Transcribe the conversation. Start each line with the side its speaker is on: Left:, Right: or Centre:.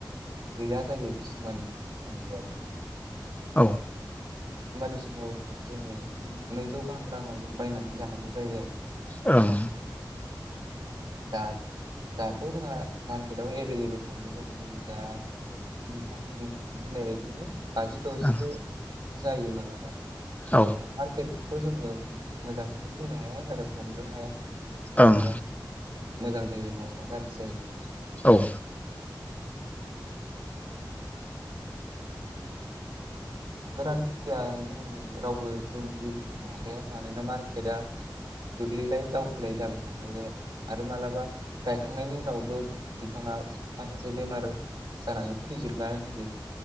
Right: गैया जायो किसुमान फानलुआबो।
Left: औ
Right: होमबानि समाव जोङो नैजौ गाहाम राङाव जों बायनानै जानांगौ जायो आरोखि।
Left: ओं।
Right: दा दाथ' जोंहा मार्केटाव एभेल एभेल फानलु दं जों दा नोंथां औ। होननाय बायदिनो बाजि द'जिबो
Left: ओं
Right: जायो मालाबा मालाबा
Left: ओं
Right: मार्केट खौ जोङो मोजाङैबो बुंनो हाया आरो हमनो हाया। मालाबा
Left: औ ओं
Right: मोजां जायो मालाबा गाज्रि जायो।
Left: औ।
Right: <unintelligible> गोरान खेथिया जों रावबो जों जेबो बुंनो हाखाया मानोना मार्केटआ गोग्लैलाय दावखोलाय जाबाय थाखायो आरो आरो मालाबा गायखांनायनि उनावबो बिफाङा माखासे बेमार जानानै थैजोबनानै होयो